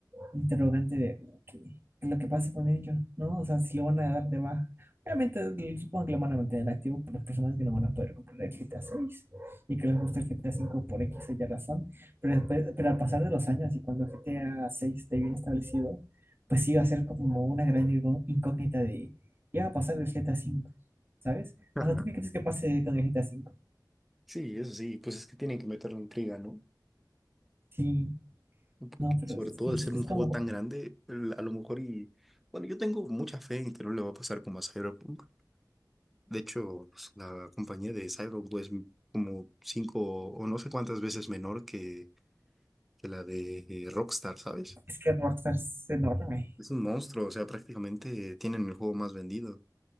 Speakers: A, on the right; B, in the centre.
A: interrogante de lo que, lo que pase con ellos, ¿no? O sea, si lo van a dar de baja. Obviamente, l- supongo que lo van a mantener activo por las personas que no van a poder comprar el GTA 6 y que les gusta el GTA cinco por X o Y razón. Pero, después, pero al pasar de los años y cuando el GTA 6 esté bien establecido, pues sí va a ser como una gran incó- incógnita de qué va a pasar del GTA cinco, ¿sabes?
B: <laughs>
A: O sea, ¿tú qué crees que pase con el GTA cinco?
B: Sí, eso sí, pues es que tienen que meterle intriga, ¿no?
A: Sí,
B: ¿no? porque
A: no, pero
B: sobre
A: es
B: todo
A: que
B: al
A: es,
B: ser
A: es
B: un juego
A: como,
B: tan grande, el- a lo mejor y... Bueno, yo tengo mucha fe en que no le va a pasar como a Cyberpunk. De hecho, pues, la compañía de Cyberpunk es como cinco o no sé cuántas veces menor que, que la de eh, Rockstar, ¿sabes?
A: es que Rockstar es enorme.
B: Es un monstruo, o sea, prácticamente tienen el juego más vendido.